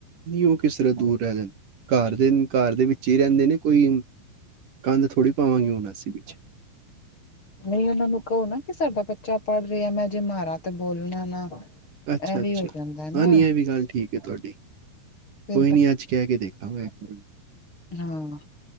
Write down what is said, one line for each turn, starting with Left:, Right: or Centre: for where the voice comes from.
Right: ਨਹੀਂ, ਉਹ ਕਿਸ ਤਰ੍ਹਾਂ ਦੂਰ ਰਹਿਲੇਨ, ਘਰ ਦੇ, ਘਰ ਦੇ ਵਿੱਚ ਹੀ ਰਹਿੰਦੇ ਨੇ ਕੋਈ ਕੰਧ ਥੋੜੀ ਪਾਵਾਂਗੇ, ਹੁਣ ਅਸੀਂ ਵਿੱਚ।
Left: ਨਹੀਂ ਉਹਨਾਂ ਨੂੰ ਕਹੋ ਨਾ, ਕਿ ਸਾਡਾ ਬੱਚਾ ਪੜ੍ਹ ਰਿਹਾ, ਜੇ ਮਾਰਾ ਤੇ ਬੋਲਣਾ ਨਾ।
Right: ਅੱਛਾ-ਅੱਛਾ,
Left: ਇਹ ਵੀ ਹੋ ਜਾਂਦਾ ਨਾ
Right: ਹਾਂ ਨਹੀਂ ਐ ਵੀ, ਗੱਲ ਠੀਕ। ਠੀਕ ਏ ਤੁਹਾਡੀ,
Left: ਫਿਰ
Right: ਕੋਈ
Left: ਬ
Right: ਨੀ ਅੱਜ ਕਹਿਕੇ ਦੇਖਾਂਗਾ ਇੱਕ ਵਾਰ।
Left: ਹਾਂ।